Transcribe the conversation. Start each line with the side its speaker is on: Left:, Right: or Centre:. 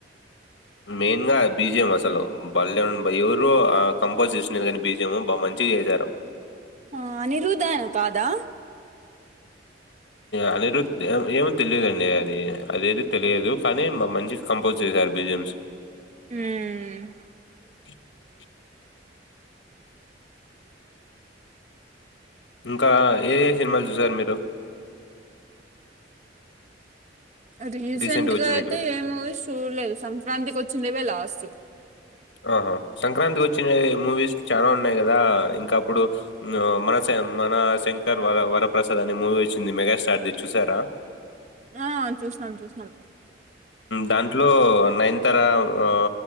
Left: మెయిన్ గా బీజియమ్ అసలు బలే ఎవరో కంపోజ్ చేసినది కానీ బీజియమ్ మంచి చేశారు
Right: ఆ అనిరుద్ధన్ కాదా
Left: అనిరుద్ ఏమో తెలియదండి అది అది అయితే తెలియదు కానీ మ మంచి కంపోజ్ <inaudible> బిజయమ్స్
Right: హూమ్
Left: <inaudible> ఇంకా ఏ ఏ సినిమాలు చూసారు మీరు
Right: రీసెంట్
Left: రీసెంట్గా వచ్చినట్టువి
Right: గా అయితే ఏమ చూడలేదు సంక్రాంతికి వచ్చిందిేవే లాస్ట్
Left: ఆహా సంక్రాంతి వచ్చిన మూవీస్ చాలా ఉన్నాయి కదా ఇంకా అప్పుడు మనస మన శంకర్ వర వరప్రసాద్ అనే మూవీ వచ్చింది మెగాస్టార్ది చూసారా
Right: ఆ చూసినాం చూసినాం
Left: దాంట్లో నయనతార ఆ